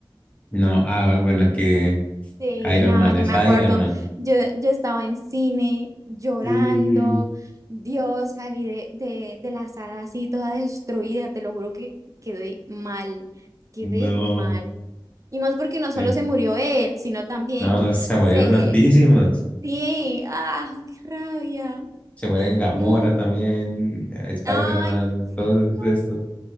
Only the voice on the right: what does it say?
Sí,
no,
yo
me acuerdo,
yo, yo estaba en cine llorando,
Dios, salí de, de, de la sala así toda destruida, te lo juro que quedé mal, quedé
mal. Y más porque no solo
se murió él, sino también
se...
Sí, ah, qué rabia,
no,
ay,
no,